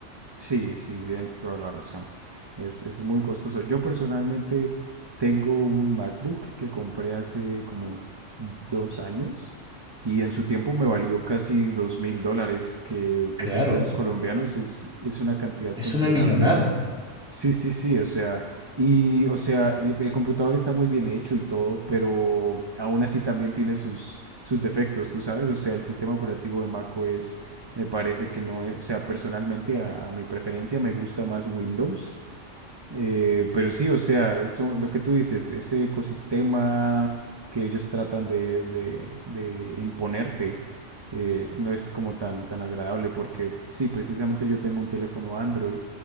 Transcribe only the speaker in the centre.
Claro,
es
una millonada.